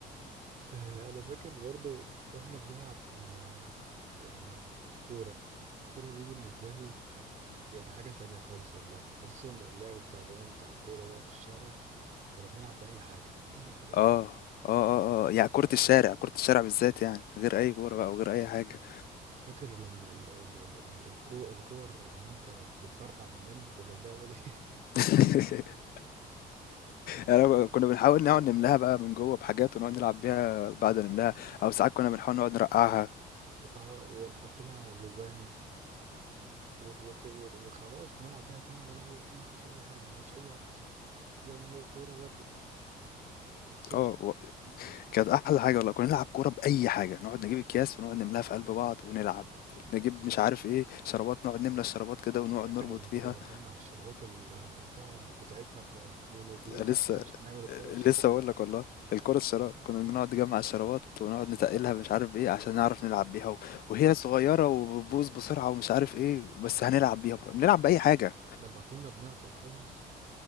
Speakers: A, on the right; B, on the left.
A: آه، انا فاكر برضو واحنا بنلعب آه، ال- ال- الكوره الكوره دي بالنسبه لي يعني حاجه تانية خالص والله خصوصا اللعب بتاع زمان بتاع الكوره ده في الشارع كنا بنلعب باي حاجه اي حاجه والله
B: اه اه اه اه يعني كرة الشارع كرة الشارع بالذات يعني غير أي كورة بقى وغير أي حاجة
A: فاكر لما ال- ال- ال- الكو الكور زمان كانت بتفرقع مننا كنا بنعمل ايه <laughs>
B: <laughs> يعني كنا بنحاول نقعد نملاها بقى من جوه بحاجات ونقعد نلعب بيها بعد نملاها أو ساعات كنا بنحاول نقعد نرقعها
A: اه ونحط لها جواني وت- وت- وت- وخلاص نلعب بيها تاني ولا اي كنا حصل اي حاجه مفيش اي حاجه حصلت زي ما هي كوره ودي ما حصلش
B: اه و- كانت أحلى حاجة والله كنا نلعب كورة بأي حاجة نقعد نجيب أكياس ونقعد نملاها في قلب بعض ونلعب نجيب مش عارف ايه شرابات نقعد نملى الشرابات كده ونقعد
A: فاكر
B: نربط
A: لما
B: فيها
A: كنا بنجمع الشرابات المقطعة بتاعتنا بتاع من البيوت
B: لسه
A: وبتاع عشان نعمل الكرة الشراب
B: لسه بقول لك والله الكرة الشراب كنا بنقعد نجمع الشرابات ونقعد نتقلها مش عارف ايه عشان نعرف نلعب بيها و... وهي صغيرة وبتبوظ بسرعة ومش عارف ايه بس هنلعب بيها بر- بنلعب بأي حاجة
A: لما كنا بنعطل خالص